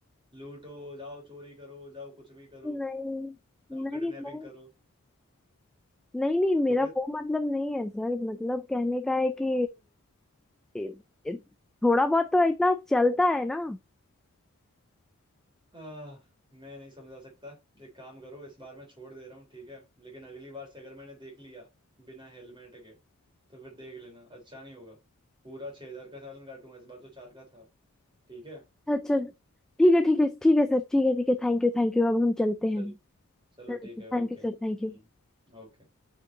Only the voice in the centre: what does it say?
नहीं
नहीं
नहीं
नहीं नहीं मेरा
वो मतलब नहीं है सर मतलब कहने का है कि ए- ए- थोड़ा बहुत तो इतना चलता है ना
अच्छा ठीक है ठीक है ठीक है सर ठीक है ठीक है थैंक यू थैंक यू अब हम चलते
हैं
Thank
you
sir thank you